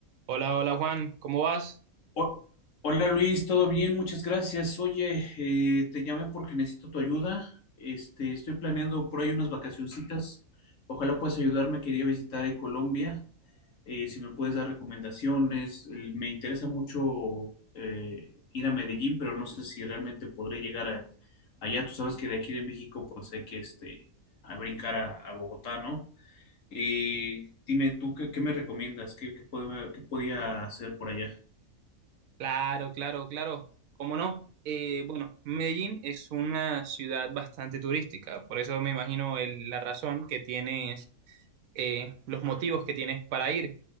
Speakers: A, on the right (about 75°); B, on the left (about 65°).
A: Hola, hola Juan, ¿cómo vas?
B: Ho- Hola Luis, ¿todo bien? Muchas gracias. Oye, eh, te llamé porque necesito tu ayuda. Este, estoy planeando por ahí unas vacacioncitas. Ojalá puedas ayudarme. Quería visitar eh, Colombia. Eh, si me puedes dar recomendaciones. El- me interesa mucho eh, ir a Medellín, pero no sé si realmente podré llegar a- allá. Tú sabes que de aquí de México, pues hay que este, a brincar a, a Bogotá, ¿no? Eh, dime tú, ¿qué, qué me recomiendas? ¿Qué, qué, puedo- qué podía hacer por allá?
A: Claro, claro, claro, ¿cómo no? Eh, bueno, Medellín es una ciudad bastante turística, por eso me imagino el- la razón que tienes, eh, los motivos que tienes para ir.